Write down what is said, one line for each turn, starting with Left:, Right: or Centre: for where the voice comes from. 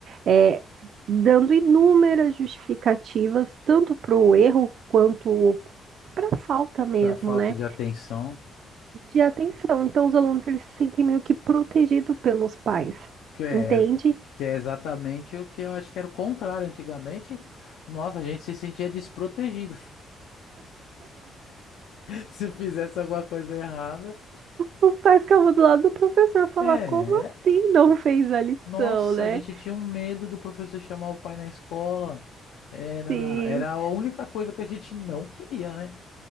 Right: é, dando inúmeras justificativas, tanto para o erro quanto para a falta mesmo,
Left: Para falta
Right: né?
Left: de atenção,
Right: De atenção. Então os alunos eles se sentem meio que protegidos pelos pais.
Left: que é,
Right: Entende?
Left: que é exatamente o que eu acho que era o contrário antigamente. Nossa, a gente se sentia desprotegido. <laughs> Se fizesse alguma coisa errada,
Right: os pais ficavam do lado do professor falar
Left: é.
Right: como assim não fez a lição,
Left: Nossa,
Right: né?
Left: a gente tinha um medo do professor chamar o pai na escola. Era,
Right: Se
Left: era a única coisa que a gente não queria, né?